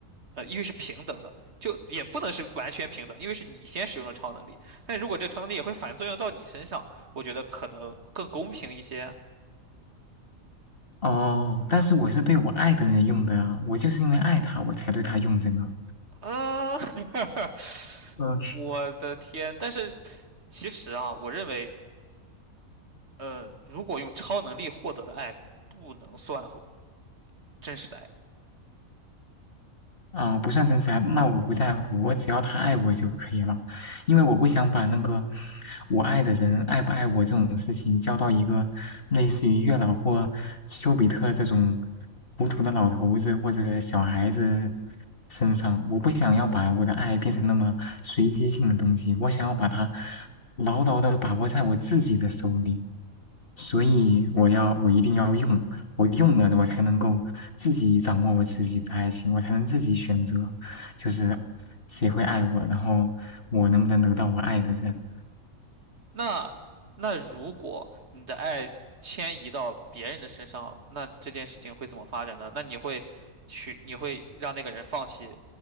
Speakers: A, on the right (about 50°); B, on the left (about 40°).
A: 呃，因为是平等的，就也不能是完全平等，因为是你先使用了超能力，但如果这个超能力也会反作用到你身上，我觉得可能更公平一些。
B: 哦，但是我是对我爱的人用的，啊，我就是因为爱他，我才对他用这个。
A: 嗯、<laughs>
B: 嗯
A: 我的天！但是其实啊，我认为呃，如果用超能力获得的爱不能算和真实的爱，
B: 啊、不算真实爱，那我不在乎，我只要他爱我就可以了，因为我不想把那个我爱的人爱不爱我这种事情交到一个类似于月老或丘比特这种糊涂的老头子或者小孩子身上。我不想要把我的爱变成那么随机性的东西，我想要把它牢牢的把握在我自己的手里，所以我要我一定要用。我用了，我才能够自己掌握我自己的爱情，我才能自己选择，就是谁会爱我，然后我能不能得到我爱的人。
A: 那那如果你的爱迁移到别人的身上，那这件事情会怎么发展呢？那你会去，你会让那个人放弃